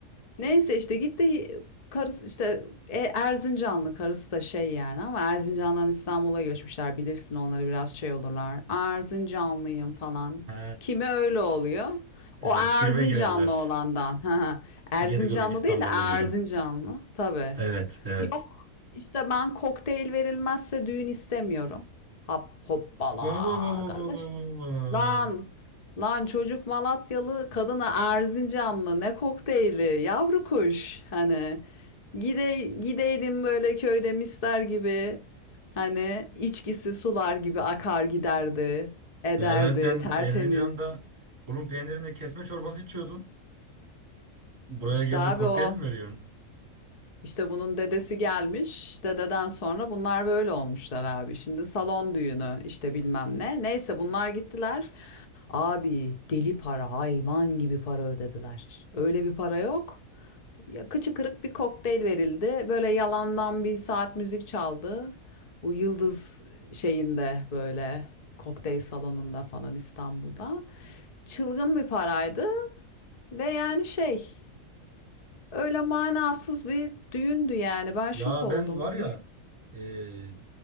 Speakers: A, on the left; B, on the right.
A: Neyse işte gitti karısı işte e, Erzincanlı karısı da şey yani ama Erzincan'dan İstanbul'a göçmüşler bilirsin onları biraz şey olurlar. Erzincanlıyım falan.
B: He.
A: Kimi öyle oluyor?
B: Evet
A: O Erzincanlı
B: tribe girerler.
A: olandan. <laughs> Erzincanlı
B: Yedi göbek İstanbullu
A: değil de Erzincanlı
B: gibi.
A: tabii.
B: Evet evet.
A: Yok işte ben kokteyl verilmezse düğün istemiyorum. Hop hoppala
B: Baba baba
A: kardeş.
B: baba baba.
A: Lan, lan çocuk Malatyalı, kadına Erzincanlı. Ne kokteyli, yavru kuş. Hani gide, gideydim böyle köyde mister gibi. Hani içkisi sular gibi akar giderdi, ederdi,
B: Ee, sen
A: tertemiz.
B: Erzincan'da bulun peynirinde kesme çorbası içiyordun. Buraya
A: İşte
B: geldin
A: abi
B: kokteyl
A: o.
B: mi veriyorsun?
A: İşte bunun dedesi gelmiş. Dededen sonra bunlar böyle olmuşlar abi. Şimdi salon düğünü işte bilmem ne. Neyse bunlar gittiler. Abi deli para, hayvan gibi para ödediler. Öyle bir para yok. Ya, kıçı kırık bir kokteyl verildi. Böyle yalandan bir saat müzik çaldı. Bu Yıldız şeyinde böyle kokteyl salonunda falan İstanbul'da. Çılgın bir paraydı ve yani şey Öyle manasız bir düğündü yani. Ben şok
B: Ya
A: oldum.
B: ben var ya
A: Büyü-
B: e,